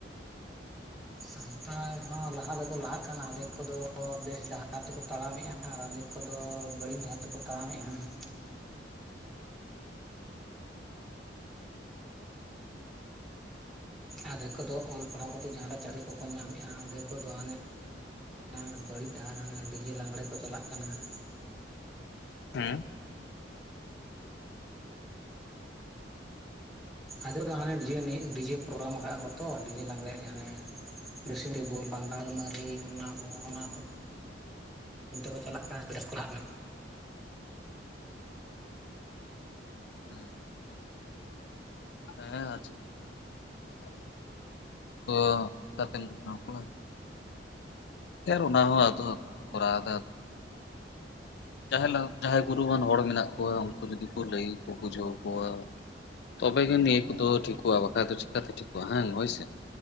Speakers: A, in the centre; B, on the left (about 65°).
A: ᱥᱟᱱᱛᱟᱲ ᱦᱚᱸ ᱞᱟᱦᱟ ᱫᱚᱠᱚ ᱞᱟᱦᱟᱜ ᱠᱟᱱᱟ ᱟᱫᱮᱠ ᱠᱚᱫᱚ ᱵᱮᱥ ᱰᱟᱦᱟᱨ ᱛᱮᱠᱚ ᱛᱟᱲᱟᱢᱮᱫᱼᱟ ᱾ ᱟᱨ ᱟᱫᱮᱠ ᱠᱚᱫᱚ ᱵᱟᱹᱲᱤᱡᱽ ᱰᱟᱦᱟᱨ ᱛᱮᱠᱚ ᱛᱟᱲᱟᱢᱮᱫᱼᱟ ᱾ ᱟᱫᱮᱠ ᱠᱚᱫᱚ ᱚᱞ ᱯᱟᱲᱦᱟᱣ ᱠᱟᱛᱮᱫ ᱡᱟᱦᱟᱸᱱᱟᱜ ᱪᱟᱹᱠᱨᱤ ᱠᱚᱠᱚ ᱧᱟᱢᱮᱫᱼᱟ ᱟᱫᱮᱠ ᱠᱚᱫᱚ ᱦᱟᱸᱱᱮ ᱦᱮᱸ ᱵᱟᱹᱲᱤᱡᱽ ᱰᱟᱦᱟᱨ ᱰᱤᱡᱮ ᱞᱟᱸᱜᱽᱲᱮ ᱠᱚ ᱪᱟᱞᱟᱜ ᱠᱟᱱᱟ ᱾
B: ᱦᱩᱸ ᱾
A: ᱟᱫᱮᱠ ᱫᱚ ᱦᱟᱸᱱᱮ ᱰᱤᱡᱮ ᱮᱱᱮᱡ ᱰᱤᱡᱮ ᱯᱨᱳᱜᱨᱟᱢ ᱠᱟᱜᱟ ᱠᱚ ᱛᱚ ᱰᱤᱡᱮ ᱞᱟᱜᱽᱬᱮ ᱦᱟᱸᱱᱮ ᱰᱨᱮᱥᱤᱝ ᱨᱮ ᱵᱚᱞ ᱵᱟᱝ ᱟᱞᱢᱟᱨᱤ ᱚᱱᱟ ᱚᱱᱟ ᱠᱚ ᱚᱱᱛᱮ ᱠᱚ ᱪᱟᱞᱟᱜ ᱠᱟᱱᱟ <unintelligible>
B: ᱦᱩᱸ ᱾ <unintelligible> ᱯᱷᱮᱨ ᱚᱱᱟ ᱦᱚᱸ ᱟᱛᱳ ᱠᱚ ᱠᱚᱨᱟᱣ ᱫᱟ ᱾ ᱡᱟᱸᱦᱟᱭ ᱡᱟᱸᱦᱟᱭ ᱜᱩᱨᱩᱣᱟᱱ ᱦᱚᱲ ᱢᱮᱱᱟᱜ ᱠᱚᱣᱟ ᱩᱱᱠᱩ ᱡᱩᱫᱤ ᱠᱚ ᱞᱟᱹᱭ ᱵᱩᱡᱷᱟᱹᱣ ᱟᱠᱚᱣᱟ ᱾ ᱛᱚᱵᱮ ᱜᱮ ᱱᱤᱭᱟᱹ ᱠᱚᱫᱚ ᱴᱷᱤᱠᱚᱜᱼᱟ ᱵᱟᱠᱷᱟᱡᱽ ᱫᱚ ᱪᱤᱠᱟᱹᱛᱮ ᱴᱷᱤᱠᱚᱜᱼᱟ ᱦᱟᱝ ᱦᱳᱭᱥᱮ